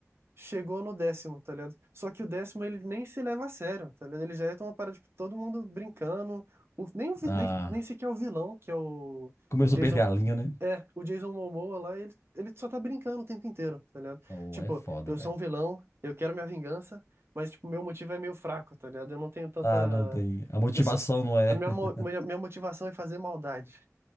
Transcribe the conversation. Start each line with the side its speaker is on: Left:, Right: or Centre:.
Right: chegou no décimo, tá ligado? Só que o décimo ele nem se leva a sério, tá ligado? Ele já é uma parada, tipo, todo mundo brincando. O- nem, o vi-
Left: Ah,
Right: nem, nem sequer é o vilão, que é o
Left: começou
Right: Jason.
Left: a perder a linha, né?
Right: É, o Jason Momoa lá, ele, ele só tá brincando o tempo inteiro, tá ligado?
Left: Oh,
Right: Tipo,
Left: é foda,
Right: eu
Left: velho.
Right: sou um vilão, eu quero minha vingança, mas, tipo, meu motivo é meio fraco, tá ligado? Eu não tenho tanta.
Left: Ah, não tem. A motivação
Right: Eu só...
Left: não é.
Right: A minha,
Left: <laughs>
Right: mo- minha, minha motivação é fazer maldade.